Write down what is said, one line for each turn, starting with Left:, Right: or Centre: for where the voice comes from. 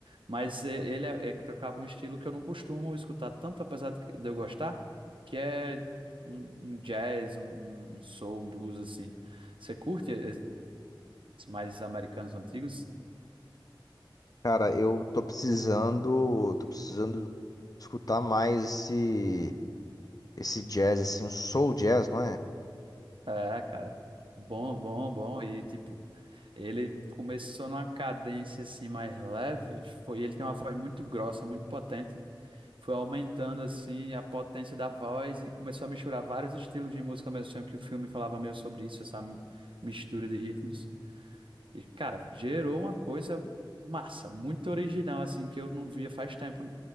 Right: Mas e- ele é, é que tocava um estilo que eu não costumo escutar tanto, apesar de que- de eu gostar, que é um, um jazz, um, um um soul, um blues assim. Você curte esses mais americanos antigos?
Left: Cara, eu tô precisando, tô precisando escutar mais esse, esse jazz, assim, o soul jazz, não é?
Right: É, cara. Bom, bom, bom. E, tipo, ele começou numa cadência, assim, mais leve. Foi, ele tem uma voz muito grossa, muito potente. Foi aumentando, assim, a potência da voz e começou a misturar vários estilos de música ao mesmo tempo que o filme falava meio sobre isso, essa mi- mistura de ritmos. E, cara, gerou uma coisa massa, muito original, assim, que eu não via faz tempo.